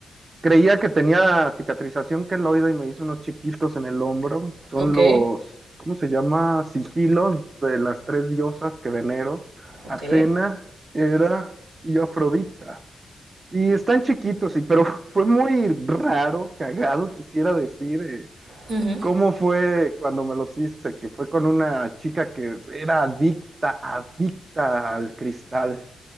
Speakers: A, on the right; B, on the right.
A: creía que tenía cicatrización queloide y me hice unos chiquitos en el hombro. Son
B: Ok,
A: los, ¿cómo se llama? Sigilos de las tres diosas que venero,
B: ok.
A: Atena, Hera y Afrodita. Y están chiquitos, sí, pero <laughs> fue muy raro, cagado, quisiera decir. eh,
B: Ujú.
A: ¿Cómo fue cuando me los hice? Que fue con una chica que era adicta, adicta al cristal.